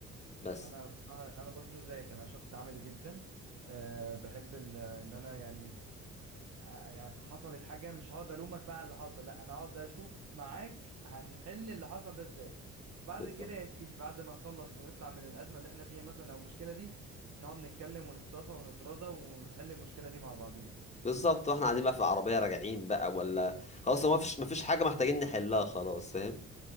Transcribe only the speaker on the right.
انا بصراحة انا برضو زيك انا شخص عملي جدا آه، بحب ال- ان انا يعني آه، يعني حصلت حاجة مش هقعد الومك بقى على اللي حصل لا انا هقعد اشوف معاك هنحل اللي حصل ده ازاي بعد
كده يا سيدي بعد ما نخلص ونطلع من الأزمة اللي احنا فيها مثلا او المشكلة دي نقعد نتكلم ونتصافى ونتراضى ونحل المشكلة دي مع بعضين